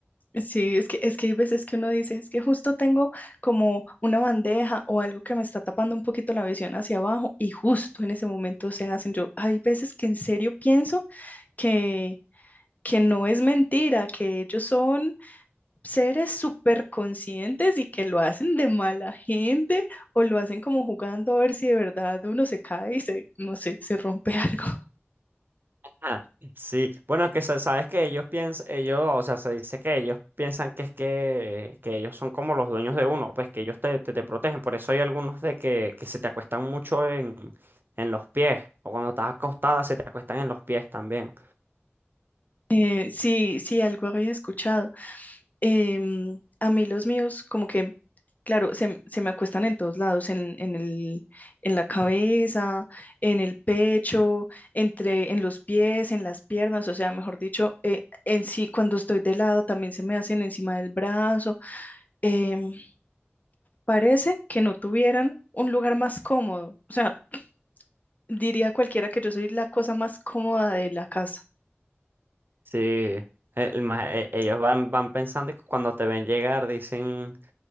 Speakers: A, on the left; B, on the right.
A: Sí, es que, es que hay veces que uno dice, es que justo tengo como una bandeja o algo que me está tapando un poquito la visión hacia abajo y justo en ese momento se hacen. Yo, hay veces que en serio pienso que, que no es mentira, que ellos son seres súper conscientes y que lo hacen de mala gente o lo hacen como jugando a ver si de verdad uno se cae y se, no sé, se rompe <laughs> algo.
B: Ah, sí, bueno, es que sa- sabes que ellos piensan, ellos, o sea, se dice que ellos piensan que es que, que ellos son como los dueños de uno, pues que ellos te, te, te protegen, por eso hay algunos de que, que se te acuestan mucho en, en los pies, o cuando estás acostada se te acuestan en los pies también.
A: Eh, sí, sí, algo había escuchado. Em, a mí los míos, como que, claro, se, se me acuestan en todos lados, en, en el, en la cabeza, en el pecho, entre, en los pies, en las piernas, o sea, mejor dicho, eh, en sí, cuando estoy de lado, también se me hacen encima del brazo. Em, parece que no tuvieran un lugar más cómodo, o sea, diría cualquiera que yo soy la cosa más cómoda de la casa.
B: Sí, e-, el ma- e- ellos van, van pensando y cuando te ven llegar dicen,